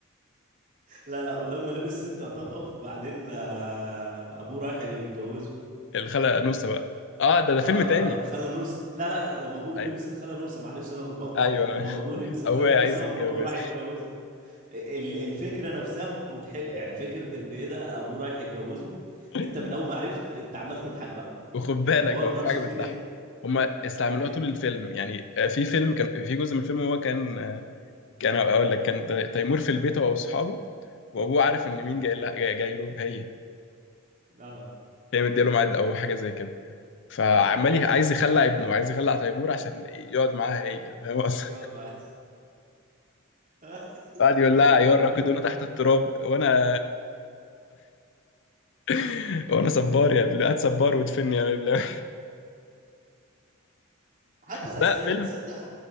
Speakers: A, on the right; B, on the left.
A: لا لا ولما لبس ست قطاطه وبعدين آه، ابوه رايح يتجوزه
B: الخالة انوسه بقى اه ده ده
A: اه
B: فيلم تاني
A: آه، آه، الخاله نوسه لا لا لا لما ابوه
B: أي-
A: لبس الخاله نوسه معلش انا لخبطت
B: ايوه
A: لما
B: <laughs>
A: ابوه لبس الخاله
B: ابويا
A: نوسه
B: عايز يتجوز
A: وابوه راح يتجوزه ال- الفكره نفسها مضحكه يعني فكره ان ايه ده ابوه رايح يتجوزه
B: <laughs>
A: انت من اول ما عرفت انت عمال تضحك بقى
B: وخد بالك
A: الحوار
B: هو
A: نفسه
B: في حاجه بتضحك
A: فيه ضحك
B: هما استعملوها
A: اه <laughs> إيه.
B: طول الفيلم يعني آه، في فيلم كان في جزء من الفيلم هو كان آه، كان اقول لك كان تي- تيمور في البيت هو واصحابه وابوه عارف ان
A: مم.
B: مين جاي لها جاي, جاي له هي
A: اه
B: هي مديله ميعاد او حاجه زي كده فعمال ي- عايز يخلع ابنه عايز يخلع تيمور عشان يقعد معاها هي فاهم قصدي؟
A: يقعد معاه <laughs>
B: قعد يقول
A: عشان
B: لها
A: ينفرد
B: يا راكدونا
A: يعني
B: تحت التراب وانا <laughs> وانا صبار يا بلاد صبار وادفني يا بلاد
A: حتى الاسماء
B: ده فيلم
A: تصدق